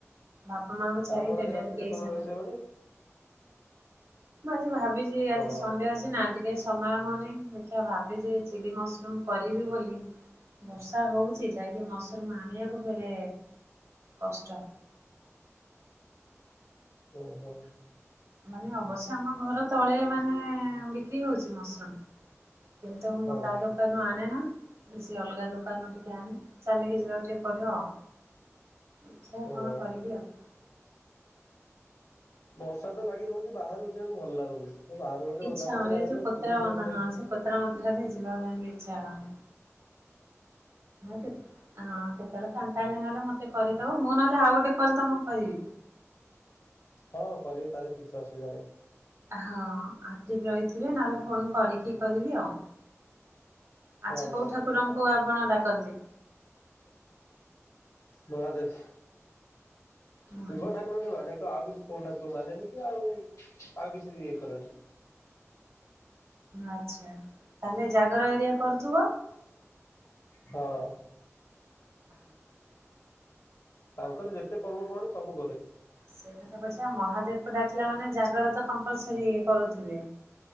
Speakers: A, on the right; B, on the left.
A: ବାପା ମାଆଙ୍କୁ ଛାଡିକି
B: ଆପଣ
A: ଦୁନିଆରେ
B: ଆଜି ରାତିରେ
A: କେହି
B: କଣ
A: ସାଙ୍ଗରେ
B: ରୋଷେଇ ହବନି
A: ମୁଁ ଆଜି ଭାବିଛି ଆଜି
B: ହଁ
A: ସନ୍ ଡେ ଆଜି ନା ଟିକେ ସମୟ ହଉନି ଦେଖିବା ଭାବିଛି ଯେ ଚିଲି ମସ୍ରୁମ୍ କରିବି ବୋଲି ବର୍ଷା ହଉଚି ଯାଇକି ମସ୍ରୁମ ଆଣିବାକୁ ଫେରେ କଷ୍ଟ।
B: ଓହୋ।
A: ମାନେ ଅବଶ୍ୟ ଆମ ଘର ତଳେ ମାନେ ବିକ୍ରି ହଉଛି ମସ୍ରୁମ୍ କିନ୍ତୁ ମୁଁ
B: ହଁ
A: ତା ଦୋକ ଦୋକାନରୁ ଆଣେନା ସିଏ ଅଲଗା ଦୋକାନରୁୁ ଟିକେ ଆଣେ ଚାଲିକି ଯିବାକୁ ଟିକେ ପଡିବ ଆଉ। ଦେଖିଆ
B: ଓହୋ।
A: କଣ କରିବି ଆଉ?
B: ବର୍ଷା ତ ଲାଗି ରହୁଛି ବାହାରୁକୁ ଯିବାକୁ ଭଲ ଲାଗୁନି ବାହାରୁ ଗଲେ
A: ଇଚ୍ଛା
B: ଓଦା ପଚରା
A: ହଉନି ଏ
B: ହେଇଯିବ
A: ଯୋଉ କୋତରା
B: କିଏ ଯିବ
A: ବନ୍ଧା
B: ବାହାରକୁ।
A: ହଁ ସେ କୋତରା ମୋତରା ରେ ଯିବା ପାଇଁ ବି ଇଚ୍ଛା ହଉନି। ହଁ କେତେ ହଁ କେତେବେଳେ ଫାଙ୍କା ହେଲେ ନହେଲେ ମତେ କରିଦବ। ମୁଁ ନହେଲେ ଆଉ ଗୋଟେ କଲ୍ ତୁମକୁ କରିବି।
B: ହଁ କରିବି ତା ଦେହରେ କିଛି ଅସୁବିଧା ନାହିଁ।
A: ହଁ ଆକର୍ଟିଭ୍ ରହିଥିବେ ନହେଲେ ଫୋନ୍ କରିକି କରିବି ଆଉ।
B: ହଁ
A: ଆଛା କୋଉ
B: ହଁ
A: ଠାକୁରଙ୍କୁ ଆପଣ ଡାକନ୍ତି?
B: ମହାଦେଶ
A: ମହାଦେବ
B: ଶିବ ଠାକୁରଙ୍କୁ ଟିକେ ମାନେ ଆଉ କିଛି କୋଉ ଠାକୁର ମାନେନି କି ଆଉ ଆଉ କିଛି ଇଏ କରେନି।
A: ଆଚ୍ଛା ତାହେଲେ ଜାଗର ହେରିକା କରୁଥିବ?
B: ହଁ।
A: <inaudible>
B: ତାଙ୍କର ଯେତେ ପର୍ବ ପର୍ବାଣୀ ସବୁ କରେ।
A: ସେଇ କଥା ପଛେ ମହାଦେବକୁ ଡାକିଲା ମାନେ ଜାଗର ତ କମ୍ପଲସରି କରୁଥିବେ।